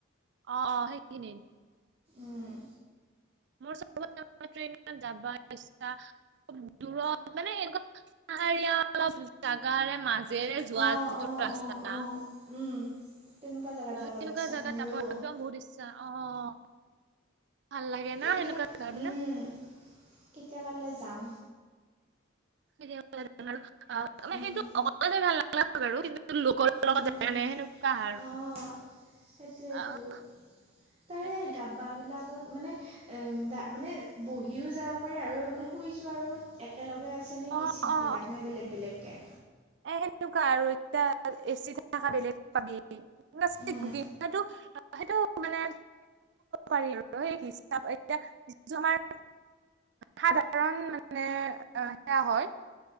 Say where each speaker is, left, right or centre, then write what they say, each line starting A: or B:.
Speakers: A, on the right (about 55°); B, on the right (about 30°).
A: অ সেইখিনিত।
B: উম
A: মোৰ ছবতকে মানে ট্ৰেইন যাবা ইচ্ছা দূৰত মানে এনেকুৱা পাহাৰীয়া অলপ জাগাৰে মাজ- যে যোৱা
B: অঁ
A: যিটো
B: অঁ
A: ৰাস্তা-
B: অঁ অঁ উম তেনেকুৱা জেগাত যাব
A: সেনেকুৱা
B: ইচ্ছা
A: জাগাত
B: মোৰো
A: যাব একদম বহুত ইচ্ছা আহ ভাল লাগে
B: কিন্তু
A: ন সেনেকুৱা জাগাবিলাক
B: উম কেতিয়াবালে যাম
A: কেতিয়া মানে আৰু মানে আহ
B: উম
A: সেইটো কললে ভাল <unintelligible> <unintelligible> বা বাৰু কিন্তু। লোকৰ
B: উম
A: লগত জা নাই সেনেকুৱা সাৰ
B: অঁ সেইটোৱেতো
A: আহ সটোৱে।
B: তাৰে ডাব্বাবিলাকত মানে এম দা মানে বহিও যাব পাৰি আৰু মানে শুই যোৱা আৰু একেলগে। আছে নে
A: অ',
B: কিচিত
A: অ',
B: বিলাক নে বেলেগ বেলেগ। একে
A: এ সেনেৱা আৰু এতিয়া এ চি থ বেলেগ পাবি বুক
B: উম
A: সেইটো মানে পাৰি আৰু হি এতিয়া য আমাৰ সাধাৰণ মানে সেয়া হয়।